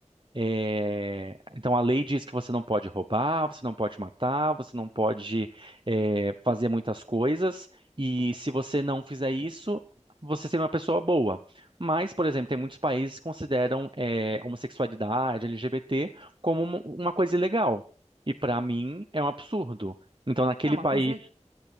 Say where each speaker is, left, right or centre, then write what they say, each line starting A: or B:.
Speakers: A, on the right; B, on the right.
A: É, Então a lei diz que você não pode roubar, você não pode matar, você não pode é, fazer muitas coisas, e se você não fizer isso, você seria uma pessoa boa. Mas, por exemplo, tem muitos países que consideram é, homossexualidade, LGBT, como uma uma coisa ilegal. E para mim é um absurdo. Então, naquele
B: É uma
A: país,
B: coisa